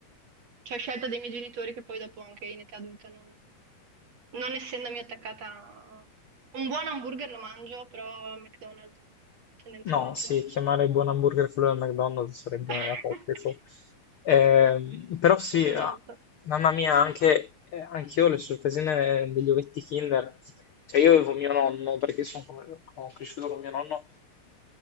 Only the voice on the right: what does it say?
cioè scelta dei miei genitori che poi dopo anche in età adulta non, non essendomi attaccata a... Un buon hamburger lo mangio, però McDonald's tendenzialmente
no.
<laughs>
Esatto.